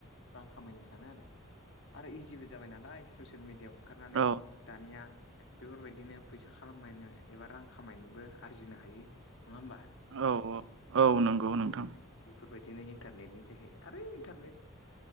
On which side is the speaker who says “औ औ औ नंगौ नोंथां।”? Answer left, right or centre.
Right